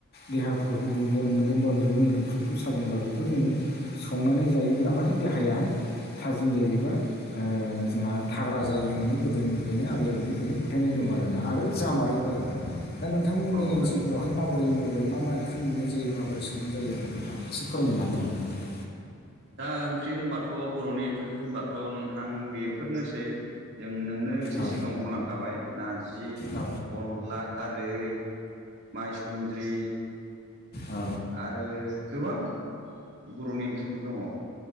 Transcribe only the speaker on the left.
देहाफोरखौ दुरबल मोनदोंबा बोरैबा मोदोमफ्रुखौ सादोंब्ला बेखौ जोङो संनानै जायोब्ला माने देहाया हाय थाजिम जायोबा जोंहा थाग्रा जायो होननानै गोदोनिफ्रायनो आबै आबौनिफ्रायनो फोथायनाय दं
आरोना आरो जामारोबो आरो दा नोंथांमोननि
ओनसोलफोरावहाय
माबोरै मा? बोरै मा मा ओंख्रि मोननाय जायो माबोरै संनाय जायो आंनो इसे फोरमायनो हागोन नामा?
औ
औ
औ